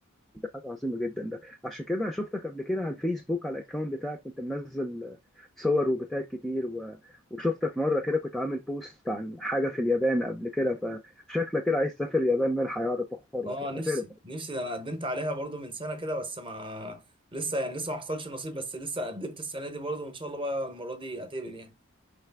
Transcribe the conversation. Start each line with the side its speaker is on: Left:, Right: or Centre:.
Centre: حاجة عظيمة جدا ده عشان كده أنا شفتك قبل كده على الفيسبوك على الأكونت بتاعك كنت منزل صور وبتاعت كتير و... وشفتك مرة كده كنت عامل بوست عن حاجة في اليابان قبل كده فشكلك كده عايز تسافر اليابان من الحياة تحفر
Right: اه
Centre: وكده
Right: نفسي
Centre: اعترف أنت
Right: نفسي ده انا قدمت عليها برضو من سنه كده بس ما لسه يعني لسه ما حصلش نصيب بس لسه قدمت السنه دي برضو وان شاء الله بقى المره دي اتقبل يعني